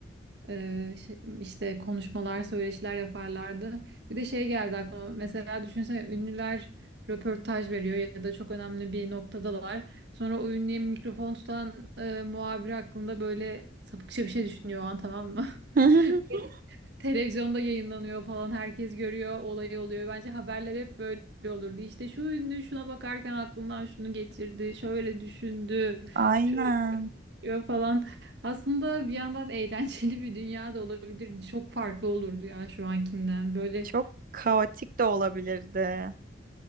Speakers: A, on the right; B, on the right.
A: Ee, şey- işte konuşmalar, söyleşiler yaparlardı. Bir de şey geldi aklıma. Mesela düşünsene ünlüler röportaj veriyor ya da çok önemli bir noktadalar. Sonra o ünlüye mikrofon tutan e, muhabir hakkında böyle sapıkça bir şey düşünüyor o an tamam mı?
B: <laughs>
A: <laughs> Televizyonda yayınlanıyor falan herkes görüyor olay oluyor. Bence haberler hep böyle olurdu. İşte şu ünlü şuna bakarken aklından şunu geçirdi. Şöyle düşündü.
B: Aynen.
A: Şöyle yapıyor falan. Aslında bir yandan eğlenceli bir dünya da olabilirdi. Çok farklı olurdu ya şu ankinden. Böyle
B: Çok kaotik de olabilirdi.